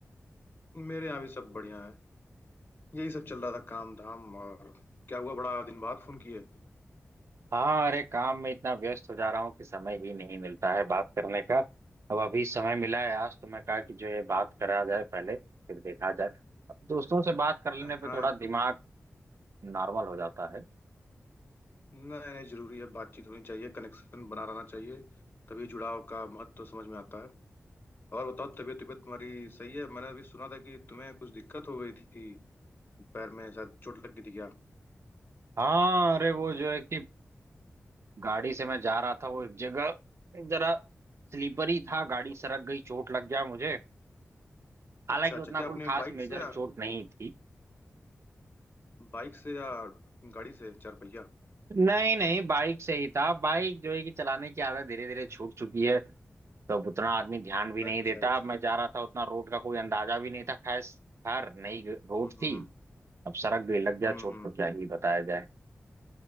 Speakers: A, on the left; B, on the right.
A: मेरे यहाँ भी सब बढ़िया है यही सब चल रहा था काम धाम और क्या हुआ बड़ा दिन बाद फोन किए
B: हाँ अरे काम में इतना व्यस्त हो जा रहा हूँ कि समय ही नहीं मिलता है बात करने का अब अभी समय मिला है आज तो मैं कहा कि जो है बात करा जाए पहले फिर देखा जाए अब दोस्तों से बात कर लेने
A: हाँ
B: पे थोड़ा दिमाग नॉर्मल हो जाता है
A: नहीं नहीं जरूरी है बातचीत होनी चाहिए कनेक्शन बना रहना चाहिए तभी जुड़ाव का महत्व समझ में आता है और बताओ तबीयत तबीयत तुम्हारी सही है मैंने अभी सुना था कि तुम्हें कुछ दिक्कत हो गई थी पैर में शायद चोट लग गई थी क्या
B: हाँ अरे वो जो है कि गाड़ी से मैं जा रहा था वो एक जगह जरा स्लीपर ही था गाड़ी सरक गई चोट लग गया मुझे हालांकि
A: अच्छा अच्छा
B: उतना
A: क्या
B: कोई
A: आपने
B: खास
A: बाइक
B: मेजर
A: से या
B: चोट नहीं थी
A: बाइक से या गाड़ी से चार पहिया
B: नहीं नहीं बाइक से ही था बाइक जो है कि चलाने की आदत धीरे धीरे छूट चुकी है तब उतना आदमी ध्यान भी नहीं
A: अच्छा
B: देता
A: अच्छा
B: अब मैं जा रहा था उतना रोड का कोई अंदाजा भी नहीं था खैर खैर नई रोड
A: हम्म
B: थी अब सड़क भी लग गया
A: हम्म
B: चोट
A: हम्म।
B: तो क्या ही बताया जाए